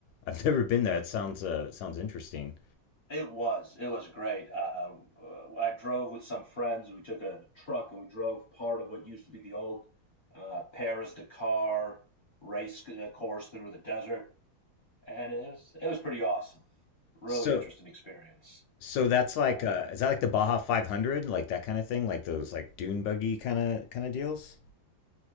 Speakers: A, on the left; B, on the left.
A: I've <laughs> never been there. That sounds uh sounds interesting.
B: It was it was great. Uh, uh, I drove with some friends. We took a truck and we drove part of what used to be the old uh, Paris Dakar race uh, course through the desert, and it was it was pretty awesome. Really
A: So
B: interesting experience.
A: so that's like
B: Um,
A: uh is that like the Baja 500 like that kind of thing like those like dune buggy kind of kind of deals?